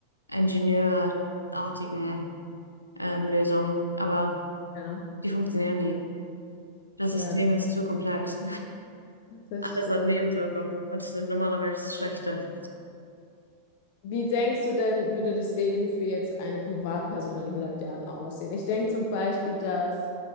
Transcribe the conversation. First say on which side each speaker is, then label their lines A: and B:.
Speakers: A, on the left (about 85°); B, on the left (about 50°).
A: ingenieurartigen ähm, Lösungen, aber
B: Ja,
A: die funktionieren nie. Das
B: ja,
A: System
B: das,
A: ist zu komplex.
B: das
A: Alles
B: stimmt.
A: hat Nebenwirkungen und sind normalerweise schlechte.
B: Wie denkst du denn, würde das Leben für jetzt eine Privatperson in 100 Jahren aussehen? Ich denke zum Beispiel, dass